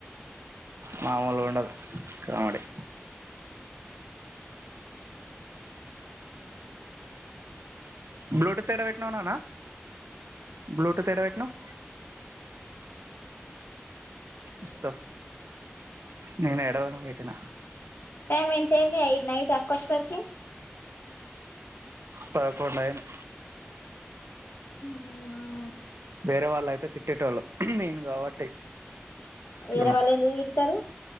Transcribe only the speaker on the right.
మామూలుగ ఉండదు కామడి
బ్లూటూత్ ఏడ పెట్నావ్ నానా బ్లూటూత్ ఎడవెట్నావ్ ఇస్తం నేను ఎడవేడం వీటిిన
పదుకొండు అయింది
వేరే వాళ్ళ అయితే తిట్టేటోళ్ళు నెన్ కాబట్టి ఇట్ల
ఉన్న